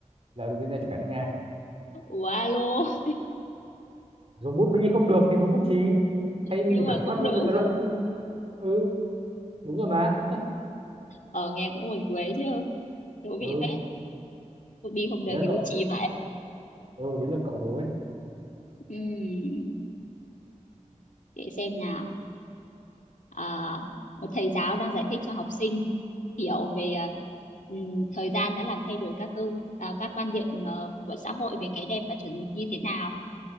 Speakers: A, on the right; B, on the left.
A: là được vinh danh cho cả nước Nga
B: ủa alo <laughs>
A: dùng bút bi không được thì dùng bút chì thay vì
B: nhưng
A: phải
B: mà cũng
A: phát minh
B: đúng
A: ra cái loại bút bi ừ đúng rồi mà
B: ờ nghe cũng buồn cười chứ thú
A: ừ
B: vị phết cũng đi không được
A: đấy là
B: thì
A: cậu
B: cũng
A: đối
B: chì vậy
A: ừ đấy là cậu đối
B: Ừm, để xem nào à, một thầy giáo đang giải thích cho học sinh hiểu về à, ừm, thời gian đã làm thay đổi các cơ à, các quan điểm ờ, của xã hội về cái đẹp và chuẩn mực như thế nào